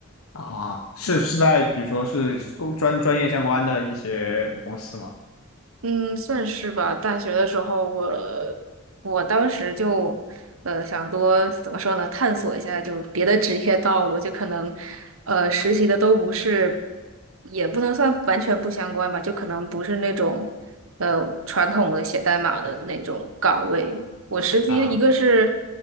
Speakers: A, on the left; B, on the right.
A: 啊，是是在比如说是工专专业相关的一些公司吗？
B: 嗯，算是吧。大学的时候我，我当时就，呃，想多怎么说呢，探索一下就别的职业道路，就可能，呃，实习的都不是，也不能算完全不相关吧，就可能不是那种，呃，传统的写代码的那种岗位。我实习一个是，
A: 啊，